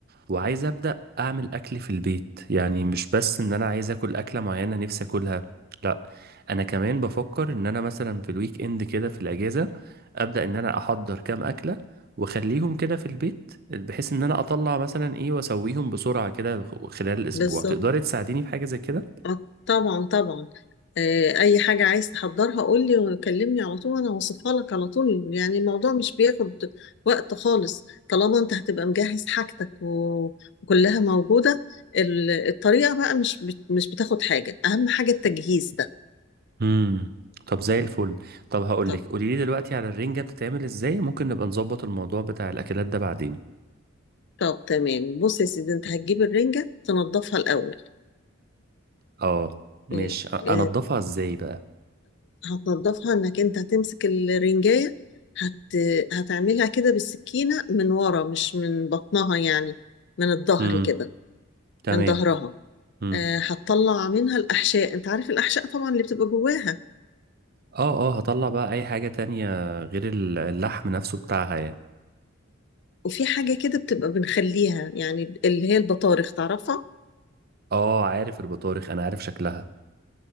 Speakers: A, on the right (about 50°); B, on the left (about 60°).
A: وعايز ابدا اعمل اكل في البيت يعني مش بس ان انا عايز اكل اكله معينه نفسي اكلها لا انا كمان بفكر ان انا مثلا في الويك اند كده في الاجازه ابدا ان انا احضر كام اكله واخليهم كده في البيت بحيث ان انا اطلع مثلا ايه واسويهم بسرعه كده خلال الاسبوع
B: بالظبط
A: تقدري تساعديني في حاجه زي كده
B: آه، طبعا طبعا آه، اي حاجة عايز تحضرها قول لي وكلمني على طول انا هوصفها لك على طول يعني الموضوع مش بياخد وقت خالص طالما انت هتبقى مجهز حاجتك و- وكلها موجودة ال- الطريقة بقى مش بت- مش بتاخد حاجة اهم حاجة التجهيز ده
A: امم طب زي الفل طب هقول
B: طب
A: لك قولي لي دلوقتي على الرنجة بتتعمل ازاي ممكن نبقى نظبط الموضوع بتاع الاكلات ده بعدين
B: طب تمام بص يا سيدي انت هتجيب الرنجة تنضفها الاول
A: اه مش
B: آه،
A: انضفها
B: آه،
A: ازاي بقى
B: هتنضفها انك انت هتمسك الرنجاية هت... هتعملها كده بالسكينة من ورا مش من بطنها يعني من الظهر
A: امم
B: كده
A: تمام
B: من ظهرها
A: امم
B: آه هتطلع منها الأحشاء انت عارف الأحشاء طبعا اللي بتبقى جواها
A: اه اه هطلع بقى اي حاجة تانية غير ال- اللحم نفسه بتاعها يعني
B: وفي حاجة كده بتبقى بنخليها يعني اللي هي البطارخ تعرفها
A: اه عارف البطارخ انا عارف شكلها